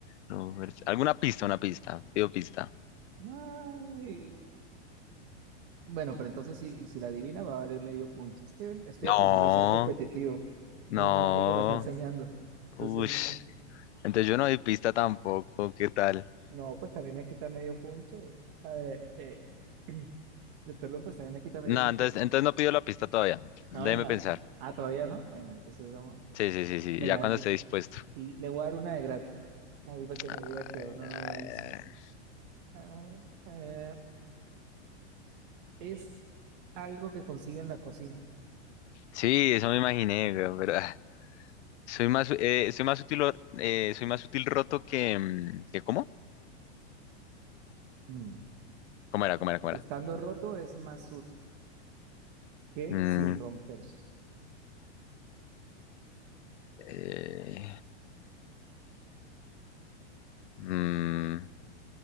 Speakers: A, on the left; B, on the right.
A: romperse. ¿Alguna pista? Una pista. Pido pista.
B: Ay. Bueno, pero entonces si, si la adivina va a valer medio punto. Es que estoy
A: No.
B: aprendiendo a ser competitivo.
A: No,
B: Un, un amigo me está enseñando. Entonces,
A: ush. Entonces
B: eh,
A: yo no doy pista tampoco, ¿qué tal?
B: no, pues también me quita medio punto. A ver, eh, <clears throat> de- perdón, pues también me quita medio
A: No,
B: punto.
A: entonces, entonces no pido la pista todavía. Déjeme
B: No, venga.
A: pensar.
B: Ah, todavía no. Bueno, entonces vamos.
A: Sí, sí, sí, sí,
B: Venga,
A: ya cuando esté dispuesto.
B: y le voy a dar una de gratis. Ahí para que
A: Ay,
B: no diga que
A: ay,
B: uno no es.
A: ay.
B: Ah, eh, es algo que consigue en la cocina.
A: Sí, eso me imaginé, güey, pero ah, soy más, eh, soy más útil, or- eh, soy más útil roto que, mm, que ¿cómo?
B: Mm.
A: ¿Cómo era? ¿Cómo era? ¿Cómo
B: Estando
A: era?
B: roto es más útil que
A: Mm,
B: sin romperse.
A: eh, mm,